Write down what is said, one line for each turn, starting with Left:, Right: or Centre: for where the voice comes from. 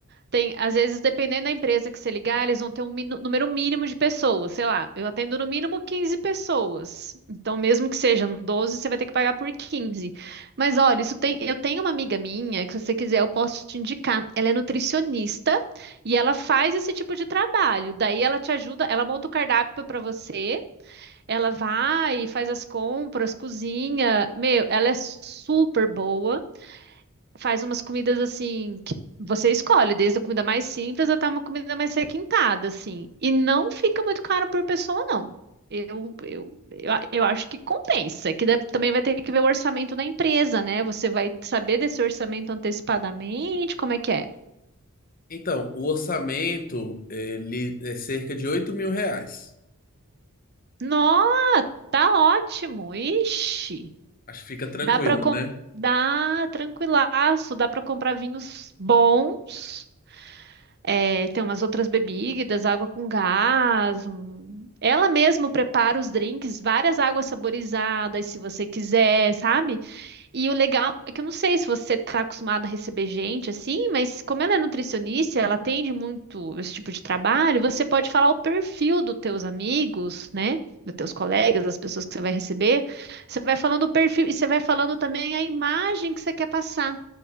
Right: Tem, às vezes, dependendo da empresa que você ligar, eles vão ter um minu- número mínimo de pessoas. Sei lá, eu atendo no mínimo 15 pessoas. Então, mesmo que sejam 12, você vai ter que pagar por 15. Mas olha, isso tem, eu tenho uma amiga minha que, se você quiser, eu posso te indicar. Ela é nutricionista e ela faz esse tipo de trabalho. Daí ela te ajuda, ela monta o cardápio para você, ela vai, e faz as compras, cozinha. Meu, ela é super boa faz umas comidas assim que você escolhe, desde a comida mais simples até uma comida mais requintada, assim. E não fica muito caro por pessoa, não. Eu, eu, eu, a- eu acho que compensa, É que deve- também vai ter que ver o orçamento da empresa, né? Você vai saber desse orçamento antecipadamente, como é que é.
Left: Então, o orçamento, ele é cerca de oito mil reais.
Right: Nossa, tá ótimo. Ixi,
Left: Acho que fica tranquilo,
Right: dá pra com...
Left: né?
Right: dá tranquilaço, dá pra comprar vinhos bons É, tem umas outras bebidas, água com gás. um- Ela mesma prepara os drinks, várias águas saborizadas, se você quiser, sabe? E o legal é que eu não sei se você está acostumado a receber gente assim, mas como ela é nutricionista, ela atende muito esse tipo de trabalho, você pode falar o perfil dos teus amigos, né? Dos teus colegas, das pessoas que você vai receber. Você vai falando o perfil e você vai falando também a imagem que você quer passar.